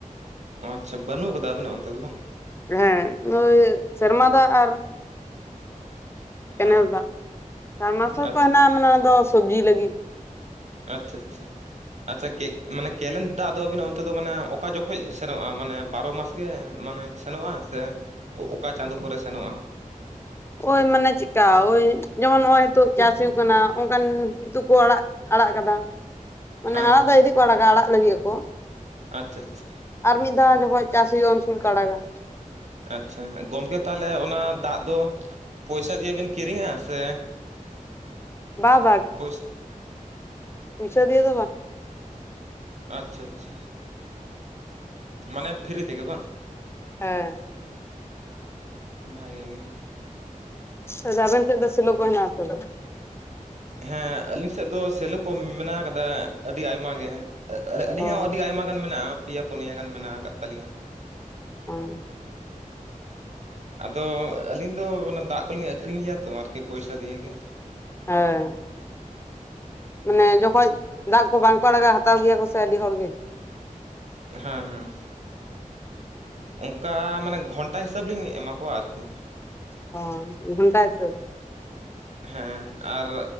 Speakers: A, on the right; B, on the left.
A: ᱚ ᱟᱪᱪᱷᱟ ᱵᱟᱱᱩᱜ ᱟᱠᱟᱫᱟ ᱟᱵᱤᱱᱟᱜ ᱚᱱ ᱛᱮ ᱫᱚ ᱵᱟᱝ
B: ᱦᱮᱸ ᱳᱭ ᱥᱮᱨᱢᱟ ᱫᱟᱜ ᱟᱨ ᱠᱮᱱᱮᱠ
A: ᱦᱮᱸ
B: ᱫᱟᱜ ᱥᱟᱵ ᱢᱟᱨᱥᱟᱞ
A: ᱟᱪᱪᱷᱟ
B: ᱠᱚ ᱦᱮᱱᱟᱜᱼᱟ ᱢᱟᱱᱮ ᱚᱱᱟ ᱫᱚ ᱥᱚᱵᱡᱤ ᱞᱟᱜᱤᱫ
A: ᱟᱪᱷᱟ ᱟᱪᱷᱟ ᱟᱪᱷᱟ ᱠᱮᱜ ᱢᱟᱱᱮ ᱠᱮᱱᱮᱠ ᱫᱟᱜ ᱫᱚ ᱟᱵᱤᱱᱟᱜ ᱚᱱᱛᱮ ᱫᱚ ᱢᱟᱱᱮ ᱚᱠᱟ ᱡᱚᱠᱷᱚᱡ ᱥᱮᱱᱚᱜᱼᱟ ᱢᱟᱱᱮ ᱵᱟᱨᱚ ᱢᱟᱥ ᱜᱮ? ᱢᱟᱱᱮ ᱥᱮᱱᱚᱜᱼᱟ ᱥᱮ ᱚᱠᱟ ᱪᱟᱸᱫᱳ ᱠᱚᱨᱮ ᱥᱮᱱᱚᱜᱼᱟ
B: ᱚᱭ ᱢᱟᱱᱮ ᱪᱤᱠᱟ ᱳᱭ ᱡᱮᱢᱚᱱ ᱱᱚᱜᱼᱚᱭ ᱱᱤᱛᱟᱜ ᱪᱟᱥ ᱦᱩᱭᱩᱜ ᱠᱟᱱᱟ ᱚᱱᱠᱟᱱ ᱫᱚ ᱠᱚ ᱟᱲᱟᱜ ᱟᱲᱟᱜ ᱟᱠᱟᱫᱟ ᱢᱟᱱᱮ
A: ᱦᱮᱸ
B: ᱟᱲᱟᱜ ᱫᱚ ᱤᱫᱤ ᱠᱚ ᱟᱲᱟᱜᱟ ᱟᱲᱟᱜ ᱞᱟᱹᱜᱤᱫ ᱟᱠᱚ
A: ᱟᱪᱷᱟ ᱟᱪᱷᱟ
B: ᱟᱨ ᱢᱤᱫ ᱫᱷᱟᱣ ᱡᱚᱠᱷᱚᱱ ᱪᱟᱥ ᱦᱩᱭᱩᱜᱼᱟ ᱩᱱ ᱥᱚᱢᱚᱭ ᱠᱚ ᱟᱲᱟᱜᱟ
A: ᱟᱪᱷᱟ ᱜᱚᱝᱠᱮ ᱛᱟᱦᱞᱮ ᱚᱱᱟ ᱫᱟᱜ ᱫᱚ ᱯᱚᱭᱥᱟ ᱛᱮᱭᱮ ᱵᱤᱱ ᱠᱤᱨᱤᱧᱼᱟ ᱥᱮ
B: ᱵᱟ ᱵᱟ
A: ᱯᱚᱭᱥᱟ
B: ᱯᱩᱭᱥᱟ. ᱫᱤᱭᱮ ᱫᱚ ᱵᱟᱝ
A: ᱟᱪᱷᱟ ᱟᱪᱷᱟ ᱢᱟᱱᱮ ᱯᱷᱤᱨᱤ ᱛᱮ ᱜᱮ ᱵᱟᱝ
B: ᱦᱮᱸ
A: ᱵᱷᱟᱜᱮ ᱜᱮ
B: ᱮ ᱫᱟ ᱟᱵᱮᱱ ᱥᱮᱫ ᱫᱚ ᱥᱮᱞᱚ ᱠᱚ ᱦᱮᱱᱟᱜ ᱟ ᱥᱮ ᱵᱟᱝ?
A: ᱦᱮᱸ ᱟᱹᱞᱤᱧ ᱥᱮᱫ ᱫᱚ ᱥᱮᱞᱚ ᱠᱚ ᱢᱮᱱᱟᱜ ᱟᱠᱟᱫᱟ ᱟ. ᱰᱤ ᱟᱭᱢᱟ ᱜᱮ᱾ ᱟ. ᱟᱨᱮ ᱟᱹᱞᱤᱧᱟᱜ
B: ᱚ
A: ᱦᱚᱸ ᱟᱹᱰᱤ ᱟᱭᱢᱟ ᱜᱟᱱ ᱢᱮᱱᱟᱜᱼᱟ ᱯᱮᱭᱟ ᱯᱩᱱᱭᱟ ᱜᱟᱱ ᱢᱮᱱᱟᱜ ᱟᱠᱟᱫ ᱛᱟ. ᱞᱤᱧᱟ᱾
B: <unintelligible>
A: ᱟᱫᱚ ᱟᱹᱞᱤᱧ ᱫᱚ ᱚᱱᱟ ᱫᱟᱜ ᱠᱚᱞᱤᱧ ᱟᱹᱠᱷᱨᱤᱧ ᱜᱮᱭᱟ ᱛᱚ ᱟᱨᱠᱤ ᱯᱚᱭᱥᱟ ᱫᱤᱭᱮ ᱜᱮ
B: ᱦᱮᱸ ᱢᱟᱱᱮ ᱡᱚᱠᱷᱚᱡ ᱫᱟᱜ ᱠᱚ ᱵᱟᱝ ᱠᱚ ᱟᱲᱟᱜᱟ ᱦᱟᱛᱟᱣ ᱜᱮᱭᱟ ᱠᱚ ᱥᱮ ᱥᱮ ᱟ. ᱰᱤ ᱦᱚᱲ ᱜᱮ
A: ᱦᱮᱸ ᱦᱮᱸ ᱚᱱᱠᱟ ᱢᱟᱱᱮ ᱜᱷᱚᱱᱴᱟ ᱦᱤᱥᱟᱹᱵᱽ ᱞᱤᱧ ᱮᱢᱟ ᱠᱚᱣᱟ ᱟᱨᱠᱤ
B: ᱚ ᱜᱷᱚᱱᱴᱟ ᱦᱤᱥᱟᱹᱵᱽ
A: ᱦᱮᱸ ᱟᱨ